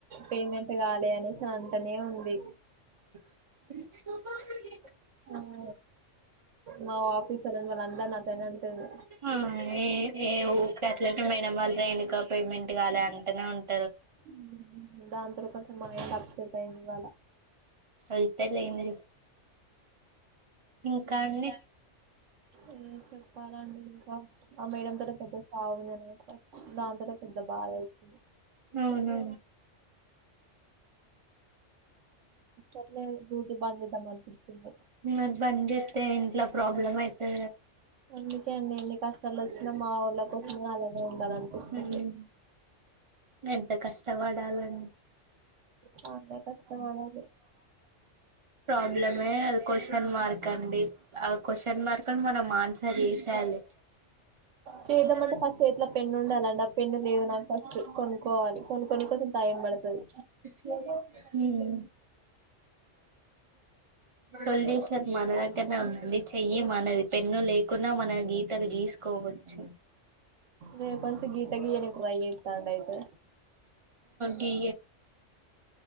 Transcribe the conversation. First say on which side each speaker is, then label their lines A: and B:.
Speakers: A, on the right (about 85°); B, on the right (about 40°).
A: పేమెంట్ కాలే అనేసి అంటనే ఉంది
B: <unintelligible>
A: ఆమ్ మా ఆఫీసరు వాళ్ళ అందర్ని అట్టగే అంటాడు
B: ఆ ఏ ఊ అట్లంటే మేడం వాళ్ళు దేనికో పేమెంట్ కాలే అంటేనే ఉంటు
A: ఉమ్ దాంతోనే కొంచెం మైండ్ అప్సెట్ అయ్యింది ఇవాళ
B: అయితేలే ఏమి లే ఇంకా అండి
A: ఏం చెప్పాలండి ఇంకా ఆ మేడం పెద్ద సాగు దాంతోనే పెద్ద బాధ అయితది
B: అవునా
A: అట్లే డ్యూటీ బంద్ చేద్దాం అనిపిస్తుంది
B: ఉమ్ బంద్ చే ఏ ఇంట్లో ప్రాబ్లమ్ అయితే
A: అందుకే అండి ఎన్ని కష్టాలు వచ్చినా మా వాళ్ళ కోసమని అలానే ఉండాలనిపిస్తుంది
B: ఉమ్ ఎంత కష్టపడాలండి
A: చాలానే కష్టపడాలి
B: ప్రాబ్లమే అది కొషన్ మార్క్ అండి ఆ కొషన్ మార్క్ ని మనం ఆన్సర్ తీసేయాలి
A: చేద్దామంటే
B: ప్లేట్
A: ఫస్ట్ చేతిలో పెన్ను ఉండాలండి ఆ పెన్ను లేదు నాకు ఫస్ట్ కొనుక్కోవాలి కొనుక్కొని కొంచెం టైం పడుతది
B: అన్నాడు <unintelligible> ఉమ్ సొల్యూషన్ మన దగ్గరనే ఉందండి చెయ్యి మనది పెన్ను లేకున్నా మన మన గీతలు గీసుకోవచ్చు
A: రేపు అంత గీత గీయనికి ట్రై చేస్తా ఉండు అయితే
B: గీ